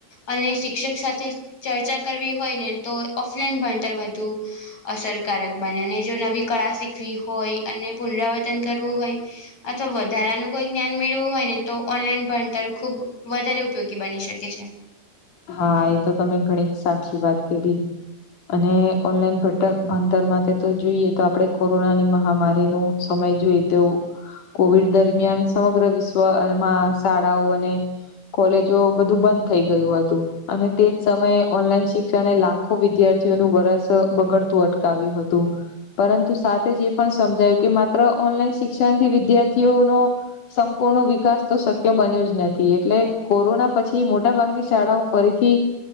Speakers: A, on the left; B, on the left.
A: અને શિક્ષક સાથે ચર્ચા કરવી હોય ને તો ઓફલાઈન ભણતર વધુ અસરકારક બને અને જો નવી કળા શીખવી હોય અને પુનરાવર્તન કરવું હોય અથવા વધારાનું કોઈ જ્ઞાન મેળવું હોય ને તો ઓનલાઈન ભણતર ખુબ વધારે ઉપયોગી બની શકે છે
B: હા એ તો તમે ઘણી જ સાચી વાત કરીધી અને ઓનલાઈન પોટલ ભણતર માટે તો જોઈએ તો આપણે કોરોનાની મહામારીનું સમય જોઈ તો કોવિડ દરમિયાન સમગ્ર વિશ્વમાં શાળાઓ અને કોલેજો બધું બંધ થઈ ગયું હતું અને તેજ સમયે ઓનલાઈન શિક્ષણ લાખો વિદ્યાર્થીઓનું વરસ બગડતું અટું આવ્યું હતું પરંતુ સાથે જ એ પણ સમજાયું કે માત્ર ઓનલાઈન શિક્ષણથી વિદ્યાર્થીઓનો સંપૂર્ણ વિકાસ તો શક્ય બન્યો જ નથી એટલે કોરોના પછી મોટાભાગની શાળાઓ ફરીથી